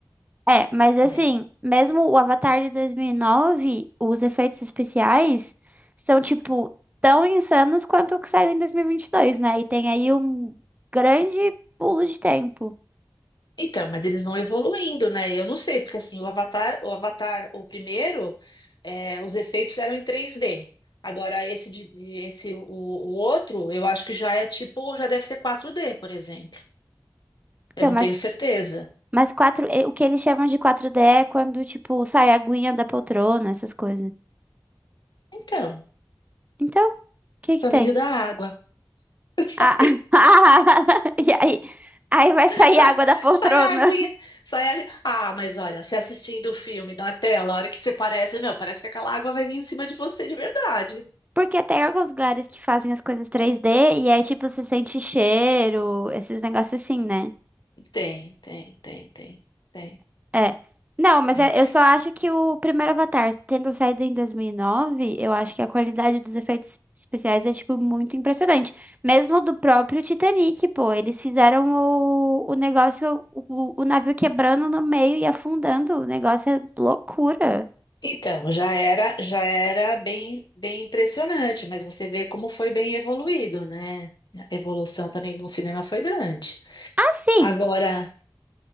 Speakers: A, on the right; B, on the left.
A: é, mas assim,
B: né?
A: mesmo o Avatar de dois mil e nove os efeitos especiais são, tipo, tão insanos quanto o que saiu em dois mil e e vinte e dois né? E tem aí um grande pulo de tempo.
B: Então, mas eles vão evoluindo, né? Eu não sei, porque assim, o Avatar, o Avatar, o primeiro, é, os efeitos eram em 3D. Agora, esse, de, de- esse o, o outro, eu acho que já é tipo, já deve ser 4D, por exemplo.
A: Então,
B: Eu não
A: mas
B: tenho certeza.
A: Mas quatro, eh, o que eles chamam de quatro d é quando, tipo, sai a aguinha da poltrona, essas coisas.
B: Então,
A: Então, o que que
B: caminho
A: tem?
B: da água. <laughs> Sai,
A: Ah, <laughs> e aí, aí vai sair
B: sai,
A: água da poltrona.
B: sai a aguinha,
A: <laughs>
B: sai a... Ah, mas olha, você assistindo o filme na tela, a hora que você parece, meu, parece que aquela água vai vir em cima de você de verdade.
A: Porque tem alguns lugares que fazem as coisas três d e aí, tipo, você sente cheiro, esses negócios assim, né?
B: Tem, tem, tem, tem, tem,
A: É. Não, mas
B: tem.
A: é- eu só acho que o primeiro Avatar, tendo saído em 2009, eu acho que a qualidade dos efeitos especiais é, tipo, muito impressionante. Mesmo do próprio Titanic, pô. Eles fizeram o, o negócio, o, o navio quebrando no meio e afundando. O negócio é loucura.
B: Então, já era, já era bem, bem impressionante, mas você vê como foi bem evoluído, né? A evolução também do cinema foi grande.
A: Ah, sim.
B: Agora,